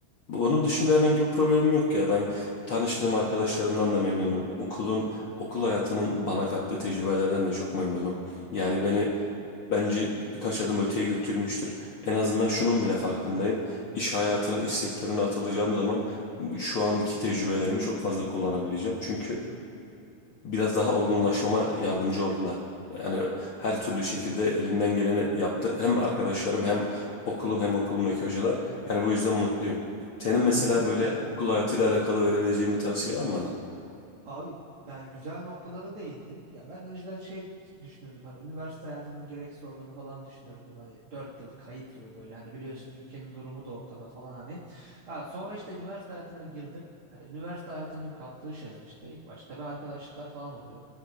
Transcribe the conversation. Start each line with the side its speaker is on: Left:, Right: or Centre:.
Left: Onun dışında herhangi bir problemim yok ya. Ben tanıştığım arkadaşlarımdan da memnunum. Okulun, okul hayatının bana kattığı tecrübelerden de çok memnunum. Yani beni bence birkaç adım öteye götürmüştür. En azından şunun bile farkındayım. İş hayatına, iş sektörüne atılacağım zaman bu- şu anki tecrübelerimi çok fazla kullanabileceğim. Çünkü biraz daha olgunlaşmama yardımcı oldular. Yani her türlü şekilde elinden geleni yaptı. Hem arkadaşlarım hem okulum hem okulumdaki hocalar. Yani bu yüzden mutluyum. Senin mesela
Right: Kesinlikle.
Left: böyle okul hayatıyla alakalı verebileceğin bir tavsiye var mı bana?
Right: Abi yani güzel noktalara değindin. Ya ben önceden şey düşünürdüm hani üniversite hayatının gereksiz olduğunu falan düşünürdüm. Hani 4 yıl kayıp gibi böyle hani biliyorsun ülkenin durumu da ortada falan hani. Ha, sonra işte üniversite hayatına girdim. Hani üniversite hayatının kattığı şeyler işte ilk başta tabii arkadaşlıklar falan oluyor.